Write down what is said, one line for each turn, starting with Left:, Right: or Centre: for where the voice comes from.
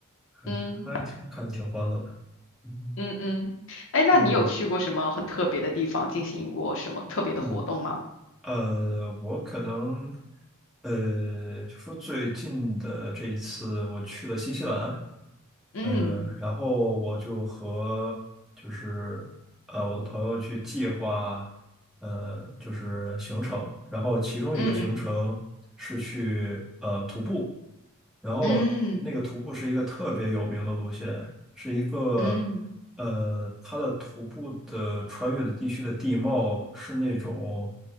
Centre: 哎还挺看着挺欢乐的，
Left: 嗯
Centre: 嗯
Left: 嗯嗯，哎，那你有去过什么很特别的地方，
Centre: 嗯
Left: 进行过什么特别的活动吗？
Centre: 嗯。呃，我可能，呃，就说最近的这一次，我去了新西兰，
Left: 嗯
Centre: 呃，然后我就和就是呃我的朋友去计划，呃，就是行程，然后其中一个行程是去呃徒步。
Left: 嗯
Centre: 然后那个徒步是一个特别有名的路线，
Left: 嗯嗯
Centre: 是一个
Left: 嗯，
Centre: 呃，它的徒步的穿越的地区的地貌是那种